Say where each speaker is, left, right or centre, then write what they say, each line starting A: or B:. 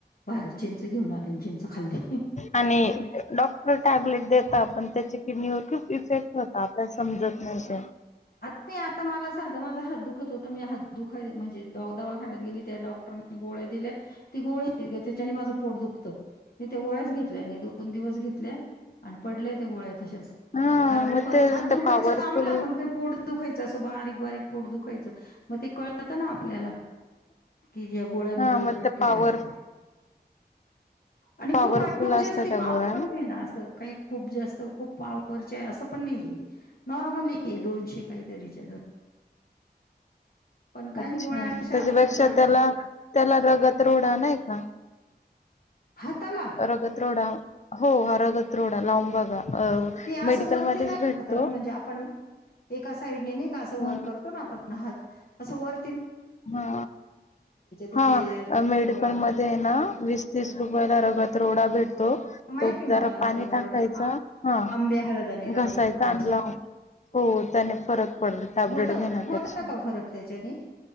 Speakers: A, on the left (about 60°); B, on the left (about 45°).
A: बाहेर चिंच घेऊन आली चिंच खाल्ली....
B: आणि डॉक्टर टॅबलेट देत पण त्याच्या किडनीवर खूप इफेक्ट... आपण समजत नाहीस...
A: मी आता मला साधा माझा हात दुखत होता मी हात दुखा म्हणजे डवा दवाखानण्यात गेली त्या डॉक्टरने गोळे... दिल्या ती गोळी त्याच्या माझं पोट दुखत... मी ते गोळ्याच घेतले नाही दोन दिवस घेतले आणि पडले ते गोळे तसेच
B: हा
A: हात
B: मग
A: दुख...
B: ते
A: हात
B: ते
A: दुखायचा
B: पॉवरफुल
A: थांबला पण ते पोट दुखायच. जसं बारीक बारीक पोट दुखायचं मग ते कळत ना आपल्याला.... की ह्या गोळ्यांमुळेच
B: हा मग
A: दुखतय
B: त्या पॉवर
A: असत. आणि
B: पॉवरफुल
A: खूप आहे खूप
B: असतात
A: जास्त
B: त्या
A: पावर
B: गोळ्या
A: पण नाही ना असं काही खूप जास्त खूप पावर चे आहे असं पण नाही आहे. नॉर्मली ये दोनशे काहीतरीच्या... पण काही
B: अच्छा
A: गोळ्या अशा
B: त्याच्यापेक्षा
A: असतात ना
B: त्याला त्याला रगत रोडा नाही का?
A: हाताला
B: रगत रोडा हो हा रगत रोडा लांब बघा... अ
A: ती असं
B: मेडिकलमध्येच
A: वरती नाहीत
B: भेटतो
A: म्हणजे आपण... एका साईडने नाही का असं वर
B: हा
A: करतो ना आपणात असं वर..
B: हा
A: तिथे
B: हा
A: असं
B: मेडिकल मध्ये ना वीस तीस रुपयाला रगत... रोडा भेटतो.
A: माहितीय
B: तो जरा
A: मला
B: पाणी
A: रगत
B: टाकायचा
A: रोडा
B: हा
A: आंबे हळद आणि रगत
B: घसायचा
A: रोडा असतो
B: लाव्हायचा हो त्याने फरक पडल टॅब्लेट
A: होत
B: घेण्या
A: होता
B: पेक्षा...
A: का फरक त्याच्याने